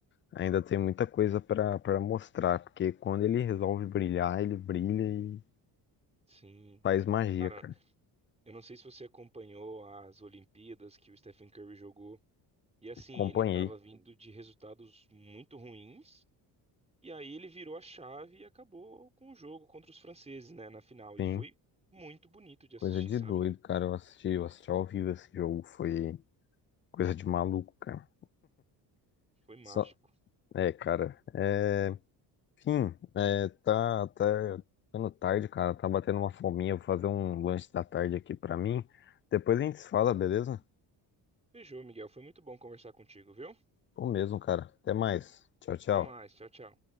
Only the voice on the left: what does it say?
ainda tem muita coisa pra para mostrar, porque quando ele resolve brilhar, ele brilha e
faz magia,
cara.
Acompanhei,
sim.
Coisa
de
doido, cara. Eu assisti, eu assisti ao vivo esse jogo. Foi. Coisa de maluco, cara.
Só... É, cara. É... Enfim, é, tá, tá ficando tarde, cara. Tá batendo uma fominha. Vou fazer um lanche da tarde aqui pra mim. Depois a gente se fala, beleza?
Tô mesmo, cara. Até mais. Tchau, tchau.